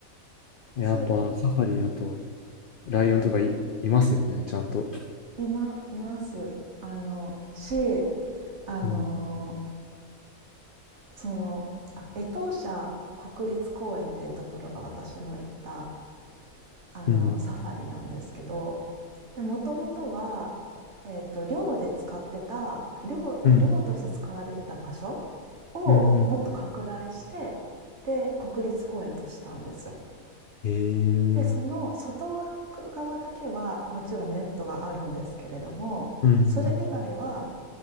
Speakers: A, on the left; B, on the right.
A: やっぱサファリだと、
B: それ
A: ライオンとかい、
B: はい
A: いますよね、ちゃんと。
B: 今いますあのしあの
A: うん、
B: そのあ江東社国立公園っていうところが私の行ったあのサファリなんですけど
A: うん、
B: もともとは、えー、と寮で使ってた寮漁として使われてた場所
A: うん、
B: をもっと拡大して
A: うん、うん。
B: で国立公園としたんですよ。
A: ええー、
B: でその外側だけはもちろんネットがあるんですけれどもそれ以外は
A: うん、うん、